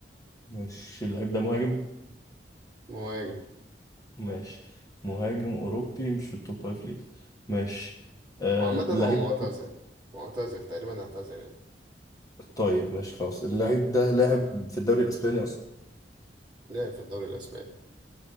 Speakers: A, on the left (about 20°); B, on the right (about 25°).
A: ماشي اللعيب ده مهاجم
B: مهاجم
A: ماشي مهاجم أوروبي مش في التوب فايف ليجز ماشي آه
B: وعامة هو
A: اللعيب
B: معتزل
A: ده
B: معتزل تقريبا اعتزل يعني
A: طيب ماشي خلاص اللعيب ده لاعب في الدوري الأسباني أصلا
B: لعب في الدوري الأسباني